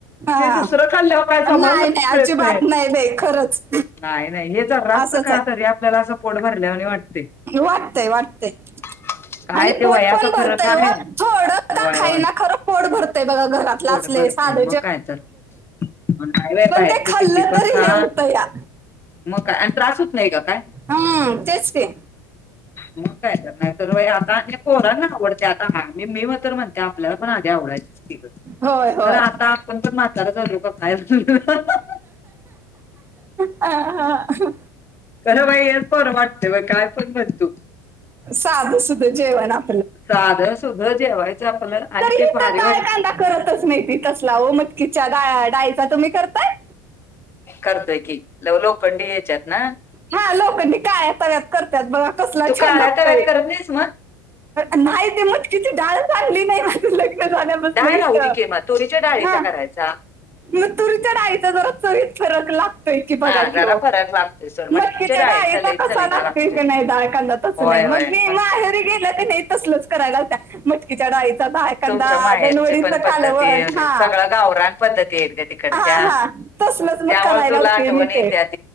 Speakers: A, on the right; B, on the left.
A: हा
B: ते दुसरं खाल्याव काय समाधान
A: नाही नाही अजिबात
B: मिळतय.
A: नाही बाई खरंच
B: नाही नाही हे जबस
A: असंच
B: खाल्ल तरी आपल्याला असं पोट भरल्या वाणी वाटतय.
A: वाटतय वाटतय!
B: <inaudible>
A: आणि पोट
B: वयाचा
A: पण भरतय
B: फरक
A: व
B: आहे
A: थोडं का
B: होय
A: खायना
B: होय
A: खरं पोट भरतंय बघा घरातल
B: पोट
A: असले
B: भरते
A: साध
B: मग काय तर नाही बाय
A: पण
B: बाहेरच
A: ते खाल्लं
B: किती पण
A: तरी
B: खा
A: हे होतं या
B: मग काय आणि त्रास होत नाही ग काय?
A: हम्म तेच ते.
B: मग काय तर नाही तर आता आणि पोरांना आवडते आता हा म मी मग तर म्हणते आपलं पण आधी आवडायची की ग
A: होय होय
B: खरं आता आपण पण म्हातार झालो की काय <unintelligible>
A: अ हा
B: खरं बाई हेच बरं वाटतं ब काय पण म्हण तू
A: साध सुध जेवन आम
B: साध सूद जेवायचं आपलं आणि
A: तरी
B: ते
A: इथं
B: भारी
A: डाळ
B: वाट
A: कांदा करतच नाही ती तसला वो मटकीच्या डा डाळीचा तुम्ही करताय
B: करतोय की लव लोखंडी याच्यात ना
A: हा लोखंडी काळा ताव्यात करत्यात बघा कसला
B: तू
A: छान
B: काळ्या
A: लागतय
B: <unintelligible> मग
A: नाही ती मटकीची डाळच आणली नाही लग्न झाल्या पासन
B: डाळ
A: इथ
B: राहू दे की मग तुरीच्या डाळीचा
A: हा
B: करायचा
A: तुरी तुरच्या डाईचा जरा चवीत फरक लागतोय की बघा
B: हा जरा
A: वो
B: फरक लागतोय सोड
A: मटकीच्या डाळीचा
B: लईच
A: कसा
B: चवीला
A: लागते
B: लागतोय.
A: की नाही डाळकांदा तस
B: होय
A: नाही मग
B: होय
A: मी
B: मस्त.
A: माहेरी गे गेले की नई तसलाच कराय लावत्या. मटकीच्या डाळीचा डाळकांदा
B: तुमच्या माहेरचे
A: दनवडीच
B: पण पद्धती
A: कालवण हा
B: सगळं गावरान पद्धती आहेत ग तिकडच्या.
A: हा हा तसलच मग
B: त्यामुळे
A: कराय
B: तुला
A: लावते
B: आठवण
A: मी
B: येत्या
A: ते